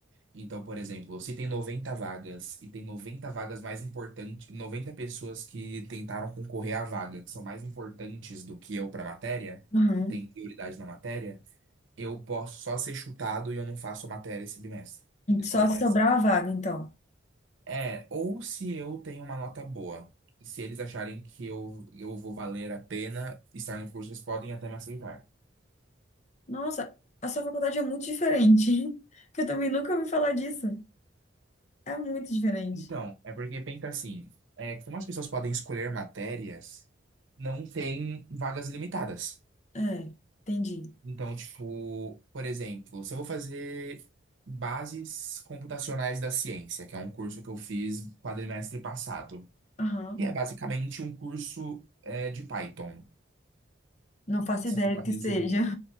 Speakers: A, on the right (about 75°); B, on the left (about 35°).
A: Então, por exemplo, se tem 90 vagas e tem 90 vagas mais importantes, 90 pessoas que tentaram concorrer à vaga, que são mais importantes do que eu para a matéria,
B: uhum.
A: tem prioridade na matéria, eu posso só ser chutado e eu não faço a matéria esse bimestre, esse
B: Só
A: quadrimestre.
B: se sobrar a vaga, então.
A: É, ou se eu tenho uma nota boa. Se eles acharem que eu, eu vou valer a pena estar no curso, eles podem até me aceitar.
B: Nossa, a sua faculdade é muito diferente. <laughs> Que eu também nunca ouvi falar disso. É muito diferente.
A: Então, é porque pensa assim, é, como as pessoas podem escolher matérias, não tem vagas limitadas.
B: É, entendi.
A: Então, tipo, por exemplo, se eu vou fazer Bases Computacionais da Ciência, que é um curso que eu fiz quadrimestre passado,
B: Aham.
A: que é basicamente um curso, é, de Python,
B: Não faço
A: se
B: ideia
A: for para
B: do que
A: resumir.
B: seja.